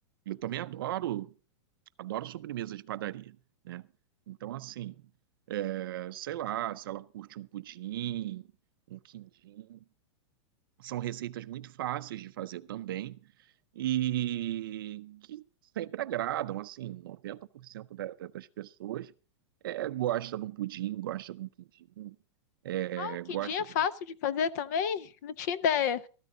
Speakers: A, on the right (about 45°); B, on the left (about 35°).
A: eu também adoro Adoro sobremesa de padaria, né? Então, assim, é, sei lá, se ela curte um pudim, um quindim, são receitas muito fáceis de fazer também e que sempre agradam, assim, 90% da, da, das pessoas é, gosta de um pudim, gosta de um quindim, é,
B: Ah, o
A: gosta
B: quindim é fácil de fazer também? Não tinha ideia.